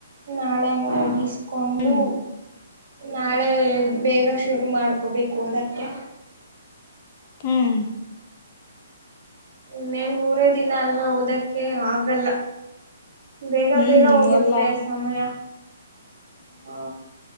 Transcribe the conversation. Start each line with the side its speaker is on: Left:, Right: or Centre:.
Right: ನಾಳೆ ಹಂಗ ಹೋಗಿ ಇಸ್.... ಒಂದು
Left: ಹ್ಮ್
Right: ನಾಳೆ ಬೇಗ ಶುರು ಮಾಡು. ಹೋಗ್ಬೇಕು ಓದಾಕೆ
Left: ಹ್ಮ್.
Right: ಇನ್ನೇನ್ ಮೂರೇ ದಿನ ಅಲ್ವಾ ಓದಕ್ಕೆ ಆಗಲ್ಲ. ಬೇಗ
Left: ಹ್ಮ್
Right: ಬೇಗ ಹೋಗುತ್ತೆ
Left: ಎಲ್ಲಾ
Right: ಸಮಯ ಹ.